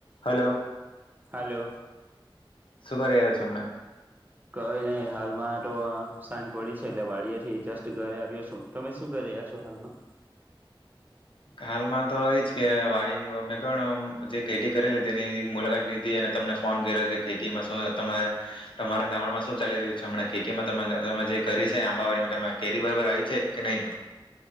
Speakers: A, on the left (about 70°); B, on the right (about 20°).
A: Hello
B: hello
A: શું કરી રહ્યા છો હમણા
B: કઈ નહી હાલમાં તો અમ સાંજ પડી છે એટલે વાડી એ થી જસ્ટ ઘરે આવ્યો છું, તમે શું કરી રહ્યા છો હાલમાં.
A: હાલમાં તો એજ કે વાડીની મે પણ જે ખેતી કરેલી હતી તેની મુલાકાત લીધી અને તમને ફોન કર્યો કે ખેતીમાં શું તમારા તમારા ગામડામાં શું ચાલી રહ્યું છે હમણાં ખેતીમાં તમાં તમે જે કરી છે આંબાવાડીમાં કેરી બરાબર આવી છે કે નહી.